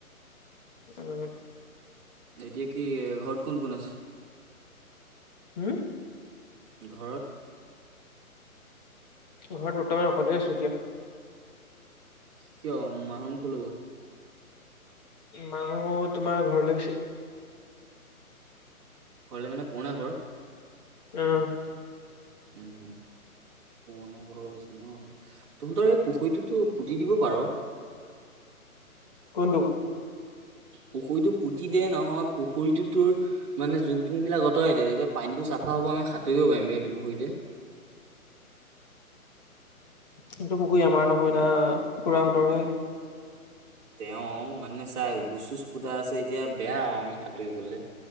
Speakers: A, on the left; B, on the right.
A: অ'
B: এতিয়া কি ঘৰত কোন কোন আছে।
A: হুম
B: ঘৰত
A: ঘৰত বৰ্তমান অকলে আছোঁ। এতিয়া,
B: কিয় মাহঁত কলৈ গ'ল।
A: মাহঁত তোমাৰ ঘৰলৈ গৈছে।
B: ঘৰলে মানে পূৰণা ঘৰৰ।
A: অহ'
B: উম, পূৰণা ঘৰ গৈছে ন তহঁতৰ এই পুখুৰীটোত তো পুতি দিব পাৰ।
A: কোনটো
B: পুখুৰীটো পুতি দিয়ে নহয়, পুখুৰীটো তোৰ মানে জুং তুং বিলাক আতৰাই দে তেতিয়া পানীটো চাফা হ'ব, আমি সাতুৰি পাৰিম বে সেইটো পুুখুৰীতে
A: কিন্তু পুখুৰী আমাৰ নহয় না খুৰাহঁতৰ হে।
B: তেওঁ মানে চা গোচ চোচ পুতা আছে, এতিয়া বেয়া আৰু আমি সাঁতুৰিবলৈ।